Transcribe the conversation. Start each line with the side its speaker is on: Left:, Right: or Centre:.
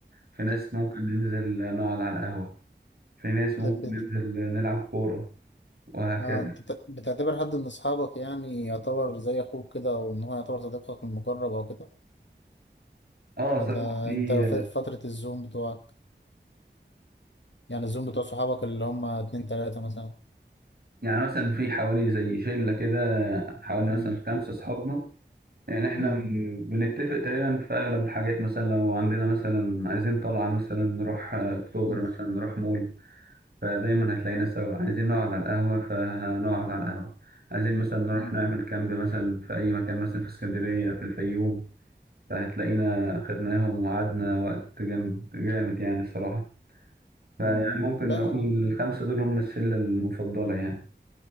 Right: في ناس ممكن ننزل نقعد على القهوة في ناس ممكن
Left: مم.
Right: ننزل نلعب كورة وهكذا
Left: آه، انت بت- بتعتبر حد من اصحابك يعني يعتبر زي اخوك كده او ان هو يعتبر صديقك المقرب او كده
Right: اه
Left: ولا
Right: صراحة في
Left: انت في في فترة الزوم بتوعك يعني الزوم بتوع صحابك اللي هم اتنين تلاتة مثلا
Right: يعني مثلا في حوالي زي شلة كده حوالي مثلا
Left: مم.
Right: خمسة أصحابنا يعني إحنا
Left: مم.
Right: م- بنتفق تقريبا في أغلب الحاجات مثلا لو عندنا مثلا عايزين طلعة مثلا نروح آه، أكتوبر
Left: مم.
Right: مثلا نروح مول فدايما هتلاقينا سوا عايزين نقعد على القهوة فهنقعد على القهوة عايزين مثلا نروح
Left: مم.
Right: نعمل كامب مثلا في أي مكان مثلا في اسكندرية في الفيوم فهتلاقينا خدناهم وقعدنا وقت جامد جامد يعني الصراحة فيعني
Left: مم.
Right: ممكن
Left: لا
Right: نقول
Left: آه.
Right: الخمسة دول هم الشلة المفضلة يعني.